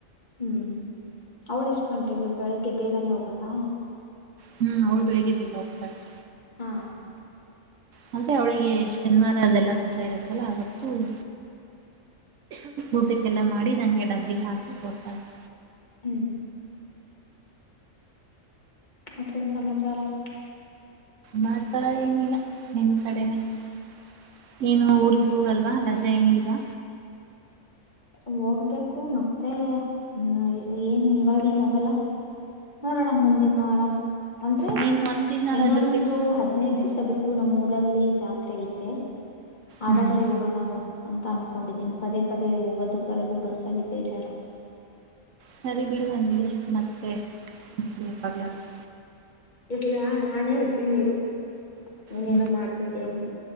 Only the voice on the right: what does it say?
ಹೂ ಅವಳು ಬೆಳಗ್ಗೆ ಬೇಗ ಹೋಗ್ತಾಳೆ. <inaudible>
ಮತ್ತೆ ಅವಳಿಗೆ ಶನಿವಾರ ಅದೆಲ್ಲ ರಜೆ ಇರುತ್ತಲ್ಲ ಅವತ್ತು, <inaudible> ಊಟಕ್ಕೆಲ್ಲ ಮಾಡಿ ನಂಗೆ ಡಬ್ಬಿಗೆ ಹಾಕಿ ಕೊಡ್ತಾರೆ. <inaudible>
ಮತ್ತ ಏನಿಲ್ಲ ನಿಮ್ಮ ಕಡೆನೇ, <inaudible> ಏನ್ ಊರಗೇ ಹೋಗಲ್ವಾ ರಜಾ ಏನಿಲ್ವಾ?
ನೀನ್ ಒಂದಿನ
ರಜಾ ಸಿಕ್
ಹ್ಮ್
ಸರಿ ಬಿಡು ಹಿಂಗ ಇದ್ರೆ ಮತ್ತೆ ಯವಾಗಲ್ಲ ಆದ್ರೂ <inaudible>
ಹ್ಮ್